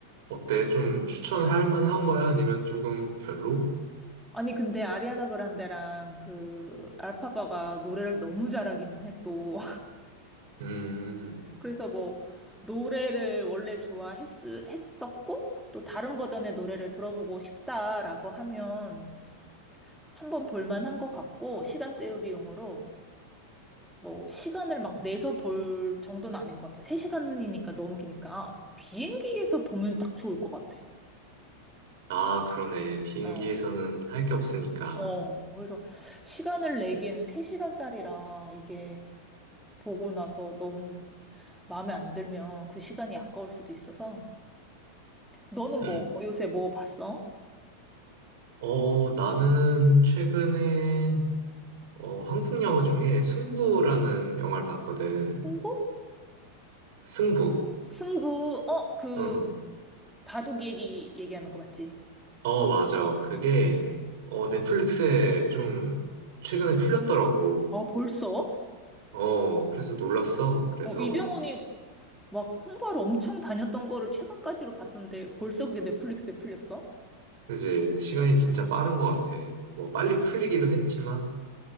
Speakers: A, on the right (about 55°); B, in the centre.
A: 어때? 좀 추천할 만한 거야? 아니면 조금 별로?
B: 아니 근데 아리아나 그란데랑 그 알파바가 노래를 너무 잘하기는 해 또.
A: 음,
B: 그래서 뭐 노래를 원래 좋아했었고 또 다른 버전의 노래를 들어보고 싶다라고 하면 한번 볼만한 것 같고 시간 때우기용으로 뭐 시간을 막 내서 볼 정도는 아닌 것 같아. 3시간이니까 너무 기니까 아, 비행기에서 보면 딱 좋을 것 같아.
A: 아, 그러네. 비행기에서는
B: 어.
A: 할
B: 응.
A: 게 없으니까.
B: 어, 그래서 시간을 내기에는 3시간짜리라 이게 보고 나서 너무 마음에 안 들면 그 시간이 아까울 수도 있어서 너는
A: 음,
B: 뭐 어, 요새 뭐 봤어?
A: 어, 나는 최근에 어, 한국 영화 중에 승부라는 영화를 봤거든.
B: 승부?
A: 승부.
B: 승부, 어, 그,
A: 응.
B: 바둑 얘기, 얘기하는 거 맞지?
A: 어, 맞아. 그게, 어, 넷플릭스에 좀 최근에 풀렸더라고.
B: 아, 벌써?
A: 어, 그래서 놀랐어. 그래서,
B: 어, 이병헌이 막 홍보하러 엄청 다녔던 거를 최근까지로 봤던데 벌써 그게 넷플릭스에 풀렸어?
A: 이제 시간이 진짜 빠른 것 같아. 뭐, 빨리 풀리기도 했지만,